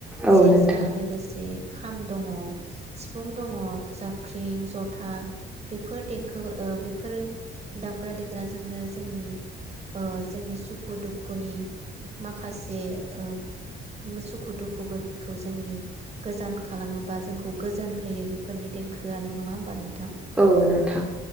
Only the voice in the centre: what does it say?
औ
नोंथां
औ नोंथां